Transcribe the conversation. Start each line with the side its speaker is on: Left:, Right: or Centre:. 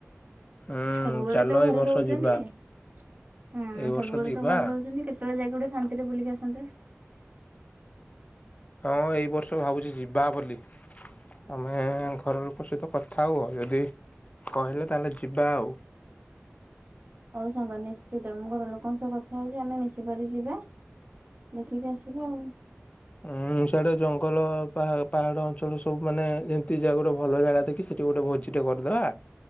Left: ହୁଁ
Right: ସବୁବେଳେ
Left: ଚାଲ
Right: ତ ଘରେ
Left: ଏଇ ବର୍ଷ
Right: ରହୁଛନ୍ତି
Left: ଯିବା
Right: ହୁଁ
Left: ଏଇ ବର୍ଷ
Right: ସବୁବେଳେ
Left: ଯିବା
Right: ତ ଘରେ ରହୁଛନ୍ତି। କେତେବେଳେ ଯାଇକି ଗୋଟେ ଶାନ୍ତିରେ ବୁଲିକି ଆସନ୍ତେ।
Left: ହଁ ଏଇ ବର୍ଷ ଭାବୁଛି ଯିବା ବୋଲି। ତମେ ଘର ଲୋକ ସହିତ କଥା ହୁଅ ଯଦି କହିଲେ ତାହେଲେ ଯିବା ଆଉ।
Right: ହଉ ସାଙ୍ଗ ନିଶ୍ଚିତ ଘର ଲୋକଙ୍କ ସହ କଥା ହଉଛି ଆମେ ମିଶିକରି ଯିବା। ଦେଖିକି ଆସିବା ଆଉ।
Left: ଉଁ ସିଆଡେ ଜଙ୍ଗଲ ପା ପାହାଡ ଅଞ୍ଚଳ ସବୁ ମାନେ ଯେମିତି ଯା ଗୋଟେ ଭଲ ଜାଗା ଦେକି ସେଠି ଗୋଟେ ଭୋଜି ଟେ କରିଦବା।